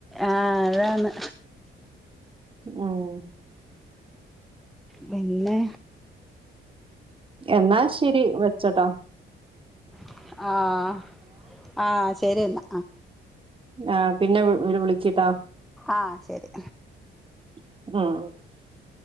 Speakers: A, in the centre; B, on the right (about 25°).
A: ആഹ് അതാണ്
B: ഉം
A: പിന്നെ
B: എന്നാ ശരി വെചൊട്ടാ
A: <inaudible> ആഹ് ആ <unintelligible> ചേരേയിന്ന
B: ആഹ് പിന്നെ വു <unintelligible> വിളിക്കിട്ടാ
A: ആഹ് ശരി
B: <unintelligible>